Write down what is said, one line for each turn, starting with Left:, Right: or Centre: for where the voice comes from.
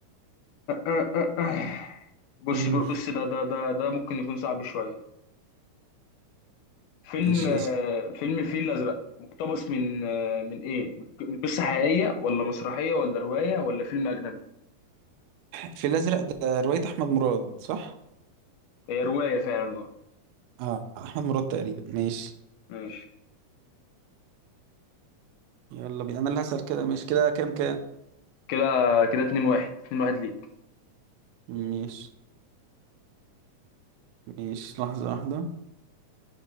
Left: <laughs> بص
Right: مم.
Left: بص ده ده ده ده ممكن يكون صعب شويه فيلم
Right: ماشي
Left: آه،
Right: اسم
Left: فيلم الفيل الازرق مقتبس من آه، من ايه من ق- من قصه حقيقيه ولا مسرحيه ولا روايه ولا فيلم اجنبي
Right: في الازرق ده رواية احمد مراد صح
Left: هي روايه فعلا اه
Right: اه احمد مراد تقريبا ماشي
Left: ماشي
Right: يلا بينا انا اللي هسأل كده ماشي كده كام كام
Left: كده كده 2 1 2 1 ليك
Right: ماشي ماشي لحظة واحدة